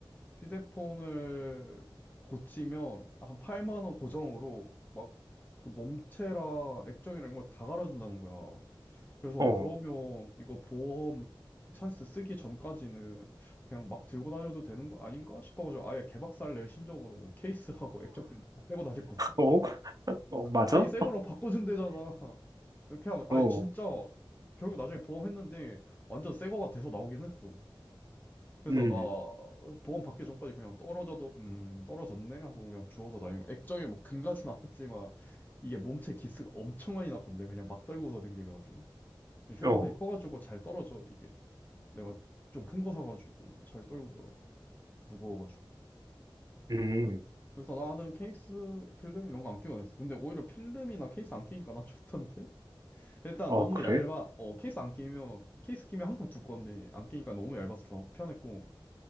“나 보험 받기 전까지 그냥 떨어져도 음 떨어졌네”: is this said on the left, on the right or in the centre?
Left